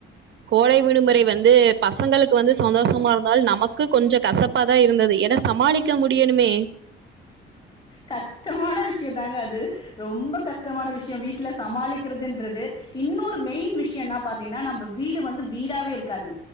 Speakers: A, on the right; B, on the left.
A: கோடை விடுமுறை வந்து பசங்களுக்கு வந்து சந்தோஷமா இருந்தலும் நமக்கு கொஞ்சம் கசப்பாதான் இருந்தது என்ன சமாளிக்க முடியணுமே
B: கஷ்டமான விஷயம் தாங்க அது ரொம்ப கஷ்டமான விஷயம் வீட்ல சமாளிக்கிறதுன்றது இன்னொரு மெயின் விஷயம்னா பாத்தீங்கன்னா நம்ம வீடு வந்து வீடாவே இருக்காது